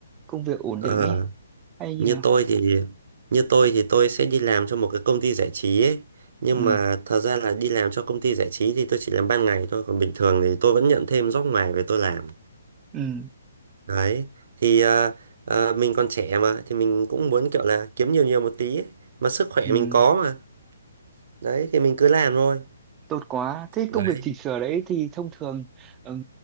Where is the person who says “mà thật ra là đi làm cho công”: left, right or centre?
Right